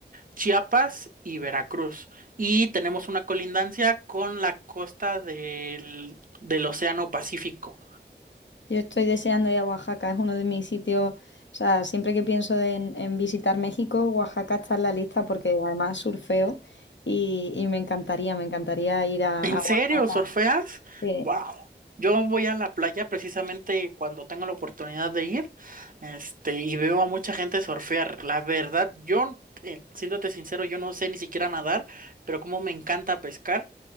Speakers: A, on the right; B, on the left.
A: Chiapas y Veracruz. Y tenemos una colindancia con la costa del, del Océano Pacífico.
B: Yo estoy deseando ir a Oaxaca, es uno de mis sitios, o sea, siempre que pienso de- en, en visitar México, Oaxaca está en la lista porque además surfeo y, y me encantaría, me encantaría ir a,
A: ¿En
B: a
A: serio?
B: Oaxaca.
A: ¿Surfeas?
B: Sí.
A: Wow. Yo voy a la playa precisamente cuando tengo la oportunidad de ir, este, y veo a mucha gente surfear. La verdad, yo, eh, siéndote sincero, yo no sé ni siquiera nadar, pero como me encanta pescar.